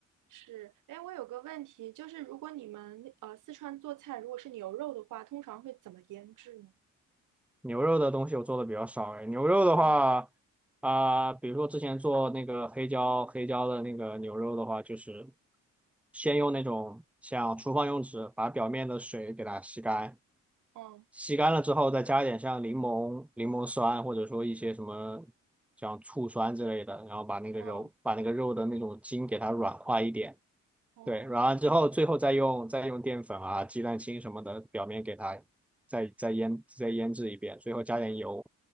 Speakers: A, on the right; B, in the centre.
A: 是。哎，我有个问题，就是如果你们呃四川做菜，如果是牛肉的话，通常会怎么腌制呢？
B: 牛肉的东西我做的比较少哎，牛肉的话
A: 嗯
B: 啊、比如说之前做那个黑椒黑椒的那个牛肉的话，就是先用那种像厨房用纸把表面的水给它吸干，
A: 嗯。
B: 吸干了之后再加一点像柠檬柠檬酸或者说一些什么像醋酸之类的，然后把那个肉把那个肉的那种筋给它软化一点。
A: 嗯，哦，
B: 对，然后之后最后再用再用淀粉啊、鸡蛋清什么的，表面给它再再腌再腌制一遍，最后加点油，